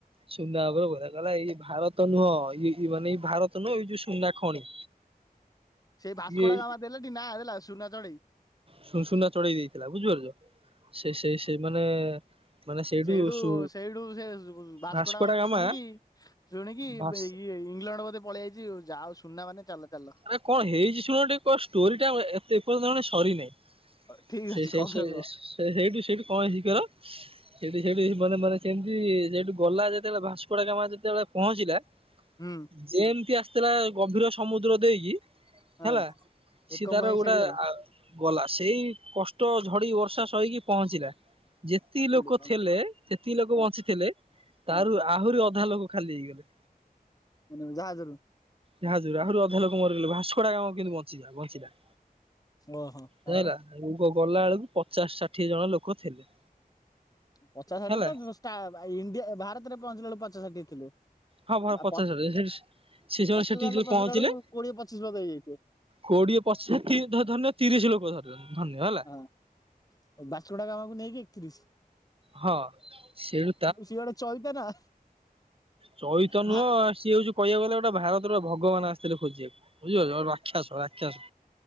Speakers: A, on the right; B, on the left.
A: ସୁନା ଉପରେ ପଇଲା କହିଲା ଇଏ ଭାରତ ନୁହଁ ଇ ଏ ମାନେ ଏ ଭାରତ ନୁଏ ଏଇ ଯୋଉ ସୁନା ଖଣି।
B: ସେଇ ଭାସ୍କୋଡ଼ାଗାମା
A: ଇଏ
B: ଦେଲେଟି ନାଁ ଦେଲା ସୁନା ଚଢ଼େଇ।
A: ସୁ ସୁ ସୁନା ଚଢ଼େଇ ଦେଇଥିଲା, ବୁଝିପାରୁଛ ସେ ସେ ସେଇ ମାନେ ମାନେ
B: ସେଇଠୁ
A: ସୁ
B: ସେଇଠୁ ସେ ଭାସ୍କୋଡ଼ାଗାମାଠୁ
A: ଭାସ୍କୋଡା ଗାମା
B: ଶୁଣିକି ଶୁଣିକି
A: ଭାସ୍
B: ଇ ଇଏ ଇଂଲଣ୍ଡ ବୋଧେ ପଳି ଆଇଛି ଯା ହୋଉ ସୁନା ମାନେ ଚାଲ ଚାଲ।
A: ଆରେ କଣ ହେଇଛି ଶୁଣ ଟିକେ କ ଷ୍ଟୋରି ଟା ଏତେ ଏ ପର୍ଯ୍ୟନ୍ତ ମାନେ ସରି ନେଇଁ।
B: ଠିକ
A: ସେ
B: ଅଛି
A: ସେଇ
B: କହୁନ
A: ସେ
B: କୁହ
A: ସେଇଠୁ ସେଇଠୁ କଣ ହେଇଛି କହିଲ? ସେଠି ସେଠି ମାନେ ମାନେ ସେମିତି ସେଠୁ ଗଲା ଯେତେବେଳେ ଭାସ୍କୋଡ଼ାଗାମା ଯେତେବେଳେ ପହଞ୍ଚିଲା।
B: ହୁଁ।
A: ଯେମିତି ଆସିଥିଲା ଗଭୀର ସମୁଦ୍ର ଦେଇକି।
B: ହଁ
A: ହେଲା
B: ଏକ
A: ସେ ତାର
B: ମୁହାଁ ହେଇ
A: ଗୋଟେ
B: ସେଇଠି ଗଲା
A: ଆ ଗଲା, ସେଇ କଷ୍ଟ ଝଡ଼ି ବର୍ଷା ସଇକି ପହଞ୍ଚିଲା ଯେତିକି
B: କୋଉଠୁ
A: ଲୋକ
B: କଣ
A: ଥିଲେ ସେତିକି ଲୋକ
B: ହଁ
A: ବଞ୍ଚିଥିଲେ,
B: ହଁ
A: ତାରୁ ଆହୁରି ଅଧା ଲୋକ ଖାଲି ହେଇଗଲେ।
B: ମାନେ କଁ ଜାହାଜରୁ
A: ଜାହାଜରୁ ଆହୁରି ଅଧା ଲୋକ ମରିଗଲେ, ଭାସ୍କୋଡ଼ାଗାମା କିନ୍ତୁ ବଞ୍ଚିଲା ବଞ୍ଚିଲା।
B: ଓହୋ। ତାପରେ
A: ଯାଇଲା ଗଲା ବେଳକୁ ପଚାଶ ଷାଠିଏ ଜଣ ଲୋକ ଥିଲେ।
B: ପଚାଶ ଷାଠିଏ
A: ହେଲା
B: ତ ଧୂଷ୍ଟା ଭାଇ ଇଣ୍ଡିଆ ଭାରତରେ ପହଞ୍ଚିଲା ବେଳକୁ ପଚାଶ ଷାଠିଏ ଥିଲେ।
A: ହଁ ହଁ
B: ବାପ
A: ପଚାଶ ଷାଠିଏ ସେ ଜଣ
B: ପର୍ତୁଗାଲକୁ
A: ସେଠି ଯେତେବେଳେ
B: ପହଁଚିଲା
A: ପହଞ୍ଚିଲେ
B: ବେଳକୁ କୋଡ଼ିଏ ପଚିଶ ବୋଧେ ହେଇଯାଇଥିବେ।
A: କୋଡିଏ ପଚିଶ ଧନ୍ୟ ତିରିଶ ଲୋକ ଧର ଧନ୍ୟ ହେଲା।
B: ହଁ ବାସ୍କୋଡ଼ାଗାମାକୁ ନେଇକି ଏକତିରିଶି।
A: ହଁ ସେଇଠୁ
B: ସିଏ ଗୋଟେ ଚୈତା ନା।
A: ଚଇତ
B: ଭା
A: ନୁହଁ ସିଏ ହଉଛି କହିବାକୁ ଗଲେ ଗୋ ଗୋଟେ ଭାରତର ଭଗବାନ ଆସିଥିଲେ ଖୋଜିବାକୁ ବୁଝିପାରୁଛ, ରାକ୍ଷସ ରାକ୍ଷାସ।